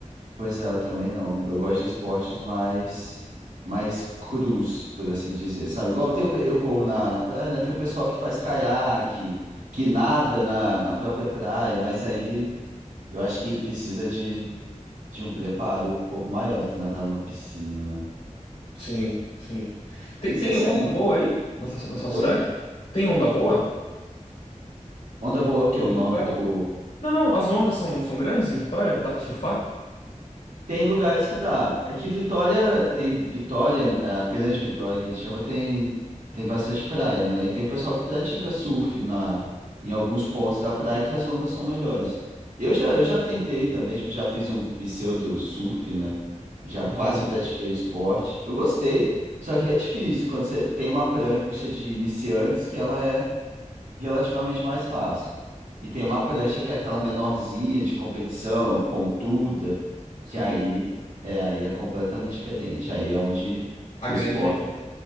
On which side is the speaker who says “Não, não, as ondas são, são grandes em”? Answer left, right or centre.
Left